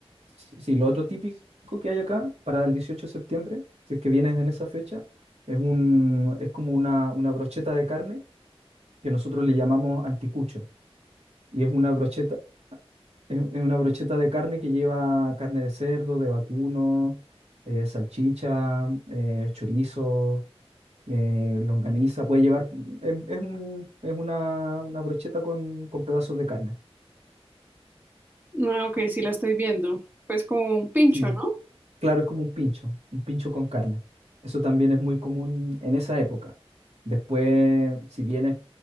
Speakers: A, on the right; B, on the right.
A: sí, lo otro típico que hay acá para el 18 de septiembre, si es que vienes en esa fecha, es un, es como una, una brocheta de carne que nosotros le llamamos anticucho. Y es una brocheta, es, es una brocheta de carne que lleva carne de cerdo, de vacuno, eh, salchicha, eh, chorizo eh, longaniza, puede llevar, em- es, un- es una, una brocheta con, con pedazos de carne.
B: Ah, ok, sí la estoy viendo. Pues como un pincho,
A: Sí,
B: ¿no?
A: claro, es como un pincho, un pincho con carne. Eso también es muy común en esa época. Después, si vienes,